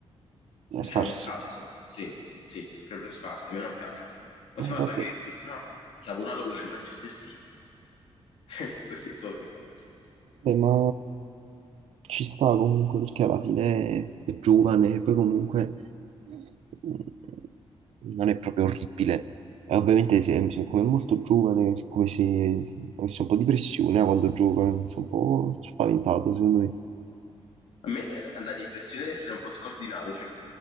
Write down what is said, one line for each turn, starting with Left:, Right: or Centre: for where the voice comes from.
Left: diciamo
Right: è scarso.
Left: scarso, sì, sì, proprio scarso, a me non piace. Poi
Right: Eh,
Left: si parla
Right: vabbè.
Left: che addirittura no, Savonalo vuole il Manchester City, <laughs> così esotico.
Right: Beh, ma ci sta comunque perché alla fine è giovane e poi comunque mm, non è proprio orribile. Eh, ovviamente se- siccome è molto giovane, è come se avesse un po' di pressione eh, quando gioca, sono un po' spaventato secondo me.
Left: A me dà l'impressione di essere un po' scordinato, cioè